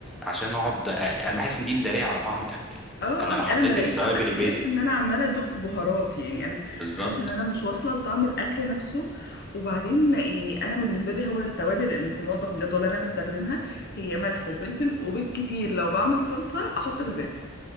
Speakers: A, in the centre; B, on the left.
A: عشان اقعد انا بحس ان دي مداريه على طعم الاكل
B: اه
A: انا لو
B: اه
A: حطيت
B: انا ما بلاقيش
A: التوابل
B: طعم انا
A: البيزك
B: بحس ان انا عماله ادوق في بهارات يعني انا
A: بالظبط
B: بحس ان انا مش واصله لطعم الاكل نفسه وبعدين يعني انا بالنسبه لي هو التوابل اللي في المطبخ بجد والله انا بستخدمها هي ملح وفلفل وبالكتير لو بعمل صلصه احط بابريكا